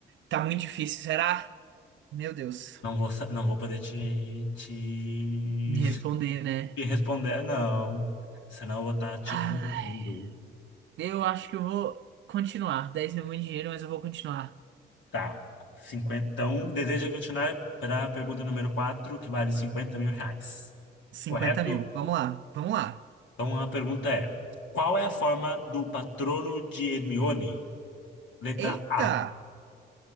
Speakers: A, on the right (about 70°); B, on the left (about 70°).
A: Tá muito difícil, será? Meu Deus,
B: Não vou, sa- não vou poder te, te,
A: me
B: <laughs>
A: responder, né?
B: te responder, não. Senão eu vou estar te
A: Ai,
B: induzindo.
A: eu acho que eu vou continuar. Dez mil é muito dinheiro, mas eu vou continuar.
B: Tá. 50 Então, deseja continuar para a pergunta número 4 que vale 50 mil reais.
A: Cinquenta
B: Correto?
A: mil. Vamos lá, vamos lá.
B: Então, a pergunta é: qual é a forma do patrono de Hermione? Letra
A: Eita!
B: A.